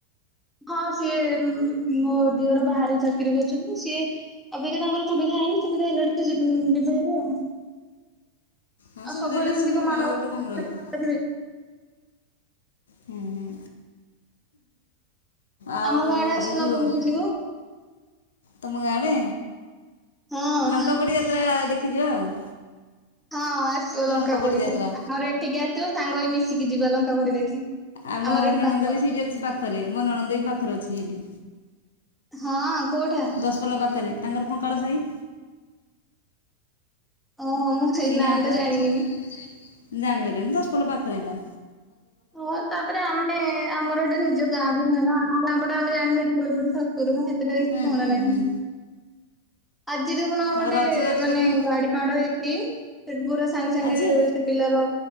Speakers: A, in the centre; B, on the left.
A: ହଁ ସିଏ ମୋ ଦିଅର ବାହାରେ ଚାକିରି କରୁଛନ୍ତି ସିଏ ଅବିକା ତାଙ୍କର ସୁବିଧା ହେଇନି ସୁବିଧା ହେଲାଠୁ ସେ ଯିବେ ହେରି ଆଉ।
B: ହଁ
A: ଆଉ
B: ଶୁବିଧା
A: ସବୁବେଳେ
B: ହେଲା
A: ଏମିତି
B: ସେ
A: କଣ ମାଣ
B: ଆଉ ଏଠି କଣ ରହିବ?
A: ବସା କରିବେ
B: ହୁଁ ହୁଁ। ଆଉ
A: ଆମ ଗାଁ ଅଢେ ଆସୁନ
B: ଏଇ ଯେଉଁ
A: ବୁଲିକି ଯିବ?
B: ତମ ଗାଁ ଆଡ଼େ
A: ହଁ।
B: ଲଙ୍କା ପୋଡ଼ି ଯାତ୍ର ଦେଖୀ ଜୀବ ଆଉ।
A: ହଁ ଆସିବ ଲଙ୍କା
B: ଲଙ୍କାପୋଡ଼ି
A: ପୋଡିକୁ
B: ଯାତ୍ରା
A: ଆମର ଏଠିକି ଆସିବ ସାଙ୍ଗ ହୋଇକି ମିଶିକି ଯିବା ଲଙ୍କା ପୋଡି ଦେଖି।
B: ଆମ
A: ଆମର ଏଠି
B: ନଣନ୍ଦ
A: ପାଖ
B: ବି ଡେଚି ପାଖ ପାଖରେ ମୋ ନଣନ୍ଦ ବି ପାଖରେ ଅଛି ହେଇଠି।
A: ହଁ କୋଉଠା?
B: ଦଶପଲା ପାଖରେ ତାଙ୍କର ପଙ୍କାଳ ସାହି।
A: ଓଃ ମୁଁ ସେଇ
B: ସେ
A: ନାଁ
B: ଗାଁ ଟା
A: ଜାଣିନି ବି।
B: ଜାଣି ପାରିବନି ଦଶପଲ ପାଖ ହେଇଟା।
A: ହଁ ତାପରେ ଆମେ ଆମର ଏଇଟା ନିଜ ଗାଁ ବି ନୁହଁ ନା ଆମ ଗାଁ ପଟେ ଆମେ ଜାଣିପାରିବୁ ଏପଟେ ତ ସେଇଡା ପାଇ ଏତେ ପାଇଁ
B: ହୁଁ
A: ଜଣା
B: ହୁଁ
A: ନାହିଁ।
B: ହୁଁ
A: ଆଜି ଦେଖୁନ ଗୋଟେ
B: ଆଉ ରଥଯାତ୍ରାକୁ
A: ମାନେ ଗାଡି ମାଡ ହେଇଛି? ସେଠି ପୁରା ସାଙ୍ଗେ ସାଙ୍ଗେ
B: ଆଜି
A: ସେ ପିଲାର